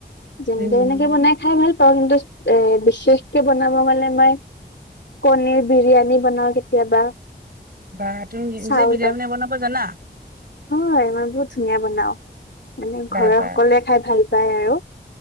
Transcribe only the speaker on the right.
উম,
বা তুমি
নিজে বিৰিয়ানী বনাব জানা?
বা
বা।